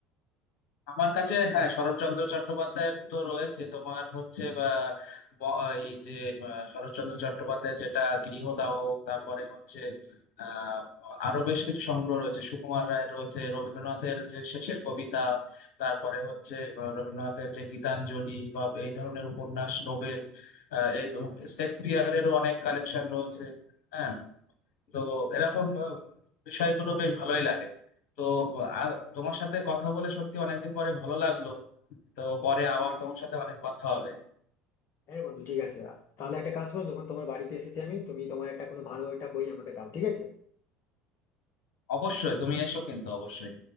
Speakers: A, on the left; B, on the left.
A: আমার কাছে হ্যাঁ শরৎচন্দ্র চট্টোপাধ্যায়ের তো রয়েছে তোমার হচ্ছে বা ম- এই যে আহ, শরৎচন্দ্র চট্টোপাধ্যায় যেটা গৃহদাহ তারপরে হচ্ছে আহ আরো বেশ কিছু সংগ্রহ রয়েছে সুকুমার রায়ের রয়েছে রবীন্দ্রনাথের যে শেষের কবিতা তারপরে হচ্ছে আহ, রবীন্দ্রনাথের যে গীতাঞ্জলি বা এই ধরনের উপন্যাস নোবেল আহ, এই তো শেক্সপিয়ারেরও অনেক কালেকশন রয়েছে হ্যাঁ তো এরকম আহ, বিষয়গুলো বেশ ভালোই লাগে তো আর তোমার সাথে কথা বলে সত্যি অনেকদিন পরে ভালো লাগলো তো পরে আবার
B: হ্যাঁ
A: তোমার সাথে অনেক কথা হবে
B: হ্যাঁ বন্ধু ঠিক আছে তাহলে একটা কাজ করো যখন তোমার বাড়িতে এসেছি আমি তুমি তোমার একটা কোনো ভালো একটা বই আমাকে দাও ঠিক আছে
A: অবশ্যই তুমি এসো কিন্তু অবশ্যই